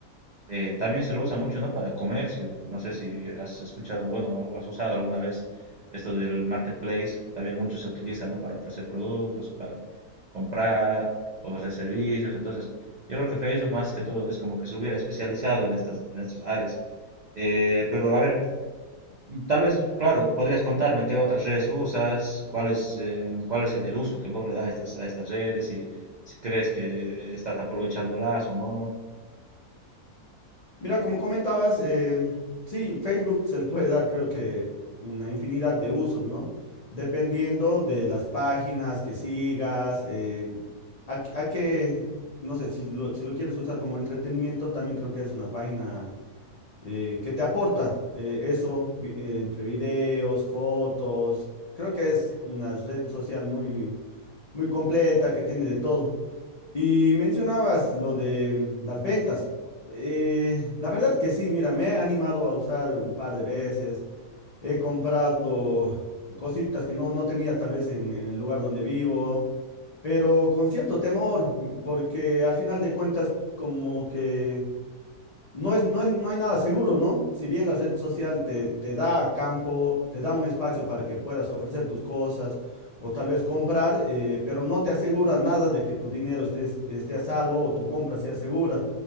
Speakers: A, on the right; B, on the left.
A: eh, también se lo usa mucho, ¿no? Para comercio. No sé si has escuchado, bueno, o has usado alguna vez esto del marketplace. También mucho se utiliza, ¿no? Para ofrecer productos, para comprar, ofrecer servicios. Entonces, yo creo que Facebook más que todo es como que se hubiera especializado en estas, en estas áreas. Eh, pero a ver, tal vez, claro, podrías contarme qué otras redes usas, cuál es, eh, cuál es el, el uso que vos le das a estas, a estas redes y si crees que estás aprovechándolas o no.
B: Mira, como comentabas, eh, sí, Facebook se le puede dar creo que una infinidad de usos, ¿no? Dependiendo de las páginas que sigas, em, a, qué, a qué- no sé, si lo, si lo quieres usar como entretenimiento, también creo que es una página eh, que te aporta eh, eso, vi- eh, entre videos, fotos, creo que es una red social muy, muy completa que tiene de todo. Y mencionabas lo de las ventas. Eh, la verdad que sí, mira, me he animado a usar un par de veces. He comprado cositas que no, no tenía tal vez en, en el lugar donde vivo, pero con cierto temor, porque al final de cuentas como que no es, no es- no hay nada seguro, ¿no? Si bien la red social te, te da campo, te da un espacio para que puedas ofrecer tus cosas o tal vez comprar, eh, pero no te asegura nada de que tu dinero estés- esté a salvo o tu compra sea segura.